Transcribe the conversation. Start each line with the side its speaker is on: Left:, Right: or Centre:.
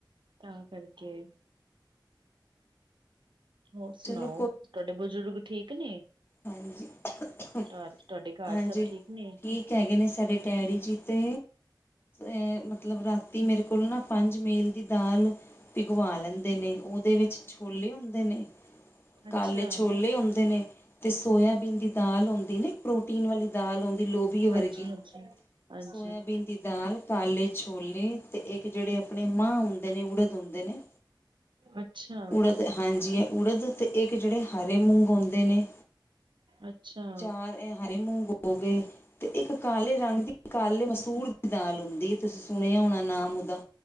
Right: ਤਾਂ ਕਰਕੇ। ਹੋਰ ਸੁਣਾਓ।
Left: ਚਲੋ
Right: ਤੁਹਾਡੇ ਬਜ਼ੁਰਗ ਠੀਕ ਨੇ।
Left: ਹਾਂਜੀ-ਹਾਂਜੀ,
Right: ਘਰ ਤੁਹਾਡੇ ਘਰ ਸਭ ਠੀਕ ਨੇ
Left: ਠੀਕ। ਕਹਿ ਗਏ ਨੇ ਸਾਡੇ ਡੈਡੀ ਜੀ ਤੇ ਐ ਮਤਲਬ ਰਾਤੀ ਮੇਰੇ ਕੋਲ ਨਾ ਪੰਜ ਮੀਲ ਦੀ ਦਾਲ ਭਿਗਵਾ ਲੈਂਦੇ ਨੇ। ਉਹਦੇ ਵਿੱਚ ਛੋਲੇ ਹੁੰਦੇ ਨੇ।
Right: ਅੱਛਾ
Left: ਕਾਲੇ ਛੋਲੇ ਹੁੰਦੇ ਨੇ ਤੇ ਸੋਇਆਬੀਨ ਦੀ ਦਾਲ ਹੁੰਦੀ ਇਹ ਪ੍ਰੋਟੀਨ ਵਾਲੀ ਦਾਲ ਆਦੀ ਲੋਬੀ ਵਰਗੀ।
Right: ਹਾਂਜੀ ਹਾਂਜੀ ਹਾਂਜੀ।
Left: ਸੋਆਬੀਨ ਦੀ ਦਾਲ, ਕਾਲੇ ਛੋਲੇ ਅਤੇ ਇੱਕ ਕਿਹੜੇ ਆਪਣੇ ਮਾਂ ਹੁੰਦੇ ਨੇ ਉੜੇਦ ਆਦੇ ਨੇ।
Right: ਅੱਛਾ।
Left: ਉੜਦ ਹਾਂਜੀ, ਉੜਦ ਤੇ ਇੱਕ ਜਿਹੜੇ ਹਰੇ ਮੂੰਗ ਹੁੰਦੇ ਨੇ।
Right: ਅੱਛਾ
Left: ਚਾਰ ਇਹ ਹਰੀ ਮੂੰਗ ਹੋ ਗਏ। ਤੇ ਇੱਕ ਕਾਲੇ ਰੰਗ ਦੀ ਕਾਲੇ ਮਸੂਰ ਦੀ ਦਾਲ ਹੁੰਦੀ ਤੁਸੀਂ ਹੋਣਾ ਨਾਮ ਉਹਦਾ?